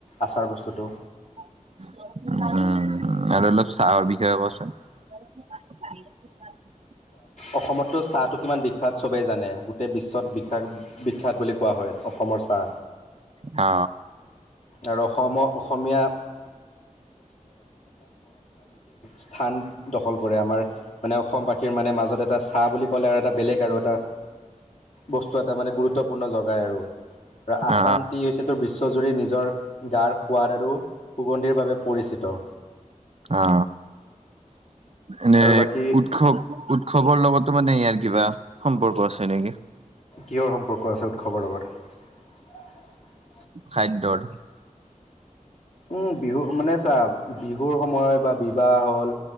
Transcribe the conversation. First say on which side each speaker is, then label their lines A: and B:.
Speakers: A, on the left; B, on the right.
A: আচাৰ বস্তুটো।
B: উম। <unintelligible>
A: অসমত টো চাহটো কিমান বিখ্যাত চবেই জানে। গোটেই বিশ্বত ব বিখ্যাত বুলি কোৱা হয়। অসমৰ চাহ।
B: অ
A: আৰু অসম অসমীয়া। স্থান দখল কৰে আমাৰ মানে অসমবাসীৰ মানে মাজত এটা। হাঁ বুলি ক'লে আৰু এটা বেলেগ আৰু এটা বস্তু এটা। এটা মানে গুৰুত্বপূৰ্ণ জগাই আৰু আছাম
B: অ
A: টি হৈছে ত বিশ্বজুৰি নিজৰ। গাৰ সোৱাদ আৰু সুগন্ধিৰ বাবে পৰিচিত।
B: অ এনে
A: আৰু বাকী
B: উৎসৱ উৎসৱৰ লগতো মানে ইয়াৰ কি। কিবা সম্পৰ্ক আছে নেকি?
A: কিহৰ সম্পৰ্ক আছে উৎসৱৰ লগত
B: খাদ্যৰ।
A: উম বিহু মানে চা বিহুৰ সময়ত বা বিবাহ হ'ল।